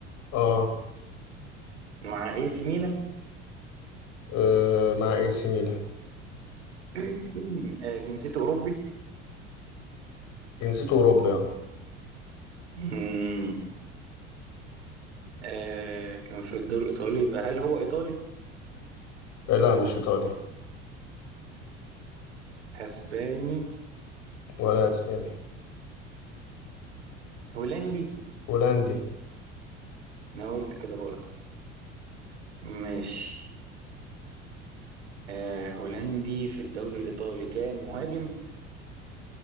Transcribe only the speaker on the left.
اه
آه، مع اي سي ميلان
جنسيته اوروبي اه
آه، لا مش ايطالي
ولا اسباني
هولندي